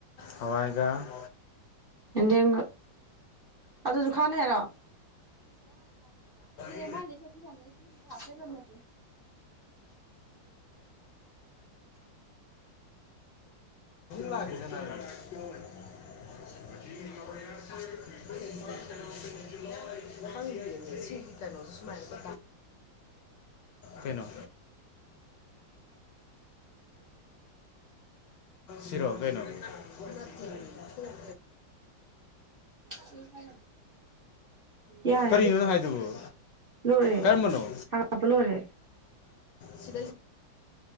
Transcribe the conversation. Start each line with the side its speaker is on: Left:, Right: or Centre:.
Left: ꯍꯋꯥꯏꯒꯥ
Right: ꯌꯦꯟꯗꯦꯝꯒ ꯑꯗꯨꯁꯨ ꯈꯥꯅꯤ ꯍꯥꯏꯔꯣ
Left: <inaudible>
Right: ꯃꯥ ꯆꯁꯤ ꯌꯥꯅꯤ ꯁꯤ ꯍꯥ ꯆꯂꯅꯦ <inaudible>
Left: ꯂꯥꯛꯒꯦꯁꯅꯥꯒ <inaudible> ꯍꯪꯉꯤꯦꯅꯦ ꯁꯤꯒꯤ ꯀꯩꯅꯣꯁ ꯁꯨꯃꯥꯏꯅ ꯀꯩꯅꯣ ꯁꯤꯔꯣ ꯀꯩꯅꯣ ꯎ ꯐꯂꯝ
Right: ꯁꯤ ꯐ ꯌꯥꯔꯦ
Left: ꯀꯔꯤꯅꯣ ꯅꯪ ꯍꯥꯏꯗꯨꯕꯨ
Right: ꯂꯣꯏꯔꯦꯄ
Left: ꯀꯔꯝꯕꯅꯣ
Right: ꯂꯣꯏꯔꯦ
Left: ꯁꯤ